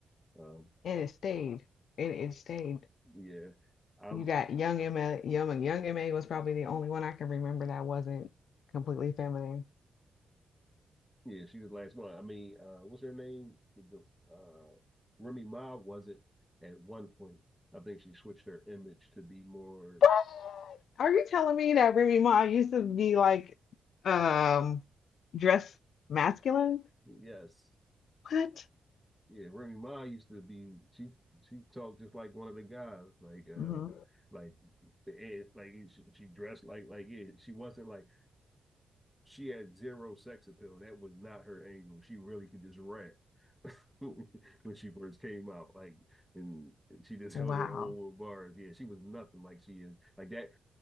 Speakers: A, in the centre; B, on the left.
A: Um,
B: And it stayed. And it stayed.
A: <laughs> yeah, I'm
B: You got Young M.A. Young and Young M.A. was probably the only one I can remember that wasn't completely feminine.
A: Yeah, she was the last one. I mean, uh, what's her name? The uh, Remy Ma was it at one point. I think she switched her image to be more.
B: What? Are you telling me that Remy Ma used to be like um dressed masculine?
A: Yes,
B: What?
A: Yeah, Remy Ma used to be she she talked just like one of the guys, like uh
B: hmm
A: like and like she, she dressed like like yeah, she wasn't like she had zero sex appeal. That was not her angle. She really could just rap <laughs> when she first came out. Like and she just held
B: Wow.
A: her own little bars. Yeah, she was nothing like she is. Like that